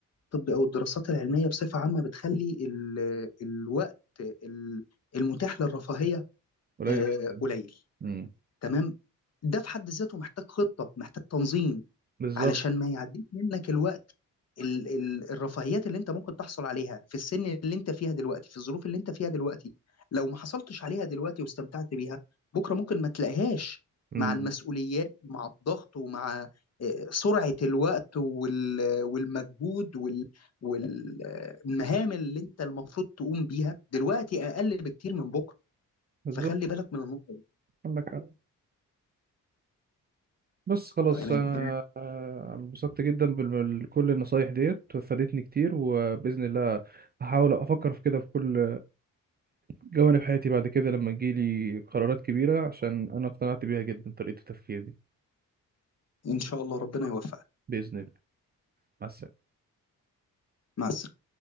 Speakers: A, on the left; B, on the right.
A: الطب او الدراسات العلميه بصفه عامه بتخلي ال- الوقت ال- المتاح للرفاهيه
B: قليل
A: آه،
B: جدا
A: قليل
B: مم.
A: تمام ده في حد ذاته محتاج خطه محتاج تنظيم
B: بالظبط
A: علشان ما يعديش منك الوقت ال ال الرفاهيات اللي انت ممكن تحصل عليها في السن اللي انت فيها دلوقتي في الظروف اللي انت فيها دلوقتي لو ما حصلتش عليها دلوقتي واستمتعت بيها بكره ممكن ما تلاقيهاش
B: مم.
A: مع المسؤوليات مع الضغط ومع آه، سرعة الوقت وال والمجهود وال- والمهام اللي انت المفروض تقوم بيها دلوقتي اقل بكتير من بكره
B: بالظبط
A: فخلي بالك من النقطة دي
B: عندك حق بس خلاص
A: تمام
B: انا آه، انبسطت جدا بال- بكل النصايح ديت فادتني كتير وباذن الله هحاول افكر في كده في كل جوانب حياتي بعد كده لما تجيلي قرارات كبيره عشان انا اقتنعت بيها جدا طريقه التفكير دي
A: ان شاء الله ربنا يوفقك
B: باذن الله مع السلامه
A: مع السلامة